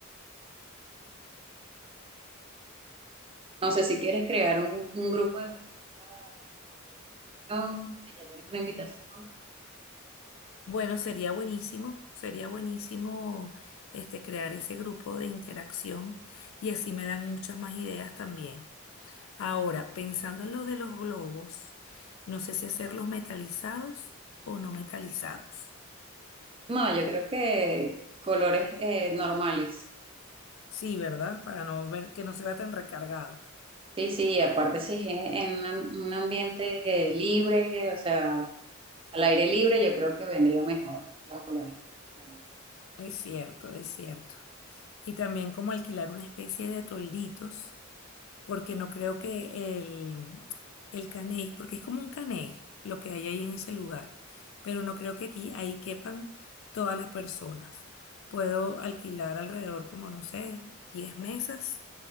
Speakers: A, on the right; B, on the left.
A: No sé si quieres crear un, un grupo de WhatsApp para hacer invitación, si ya tienes una invitación,
B: Bueno, sería buenísimo, sería buenísimo este crear ese grupo de interacción y así me dan muchas más ideas también. Ahora, pensando en lo de los globos, no sé si hacerlos metalizados o no metalizados.
A: No, yo creo que colores eh, normales.
B: Sí, ¿verdad? Para no ver que no se vea tan recargado.
A: Sí, sí, aparte si es en un am- un ambiente libre, o sea, al aire libre, yo creo que vendría mejor los colores. normales.
B: Es cierto, es cierto. Y también como alquilar una especie de tolditos porque no creo que el, el caney, porque es como un caney lo que hay ahí en ese lugar, pero no creo que aquí ahí quepan todas las personas. Puedo alquilar alrededor como, no sé, 10 mesas